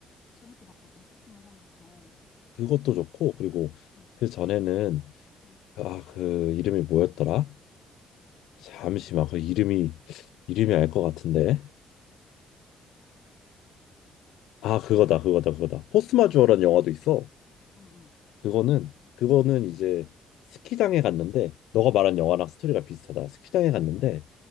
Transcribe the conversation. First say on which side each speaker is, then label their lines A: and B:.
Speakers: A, on the left; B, on the left.
A: 재밌게 봤거든, 슬픔의 삼각형.
B: 그것도 좋고 그리고
A: 응,
B: 그 전에는
A: 응,
B: 아 그 이름이 뭐였더라? 잠시만 그 이름이 이름이 알 것 같은데 아 그거다 그거다 그거다 포스마주어라는 영화도 있어
A: 응, 응,
B: 그거는
A: 그,
B: 그거는
A: 응,
B: 이제 스키장에 갔는데 너가 말한 영화랑
A: 응,
B: 스토리가 비슷하다 스키장에
A: 어,
B: 갔는데